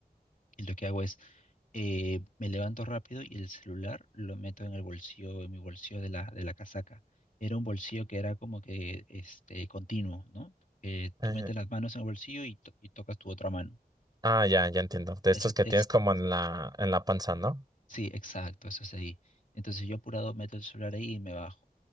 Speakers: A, on the left; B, on the right.
A: Y lo que hago es eh, me levanto rápido y el celular lo meto en el bolsillo, en mi bolsillo de la, de la casaca. Era un bolsillo que era como que este, continuo, ¿no? Que
B: Eh,
A: tú metes las manos en el bolsillo y, to- y tocas tu otra mano.
B: ah, ya, ya entiendo. De estos
A: Esa-
B: que
A: es,
B: tienes como en la, en la panza, ¿no?
A: sí, exacto, eso es ahí. Entonces yo apurado meto el celular ahí y me bajo.